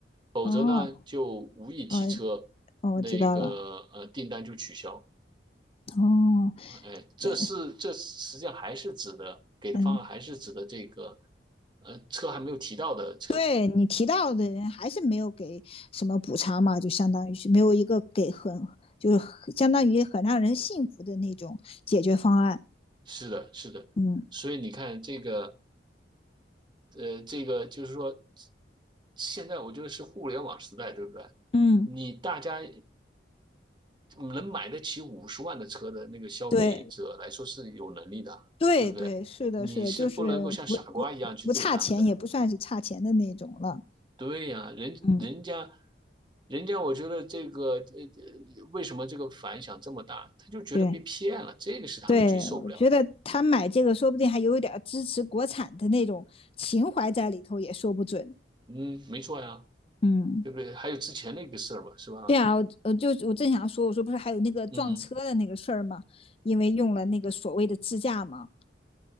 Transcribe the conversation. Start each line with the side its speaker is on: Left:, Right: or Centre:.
Right: 否则呢就无意提车，
Left: 哦。哦，呃哦，
Right: 那个呃订单就取消。
Left: 我知道了。哦，
Right: 啊哎，这是这实际上还是指的给的方案还是指的这个
Left: 对，嗯，
Right: 呃车还没有提到的车主。
Left: 对你提到的人还是没有给什么补偿嘛，就相当于是没有一个给很，就是很相当于很让人信服的那种解决方案。
Right: 是的，是的，
Left: 嗯
Right: 所以你看这个呃这个就是说，现在我觉得是互联网时代，对不对？
Left: 嗯，
Right: 你大家能买得起五十万的车的那个消费者来说是有能力的，
Left: 对对对，
Right: 对不对？
Left: 是的，
Right: 你是不能够像傻瓜一样去对他们的。
Left: 是的，就是不不不差钱，也不算是差钱的那种了。
Right: 对呀，人人家，
Left: 嗯，
Right: 人家，我觉得这个呃，呃为什么这个反响这么大？他就觉得被骗了，
Left: 对
Right: 这个是他们最受不了的。
Left: 对，我觉得他买这个说不定还有一点儿支持国产的那种情怀在里头，也说不准。
Right: 嗯，没错呀，
Left: 嗯。
Right: 对不对？还有之前那个事儿嘛，是吧？
Left: 对啊，我我就我正想说，我说不是还有那个撞车的那个事儿吗？
Right: 嗯，
Left: 因为用了那个所谓的自驾嘛，